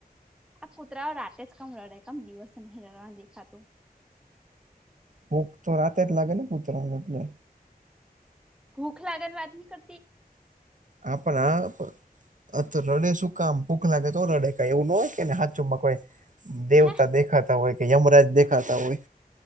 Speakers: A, in the centre; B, on the right (about 55°).
A: આ કૂતરાઓ રાતે જ કમ રડે કમ દિવસે નહીં રડવા દેખાતું
B: ભૂખ તો રાતે જ લાગે ને કૂતરવાનું એટલે.
A: ભૂખ લાગ ની વાત ન કર
B: આપ આપ. અ તો રડે શું કામ ભૂખ લાગે તો રડે કઈ એવું ન હોય કેને હાચુમાં કોઈ દેવતા
A: હે
B: દેખ ખાતા હોય કે યમરાજ દેખાતા હોય.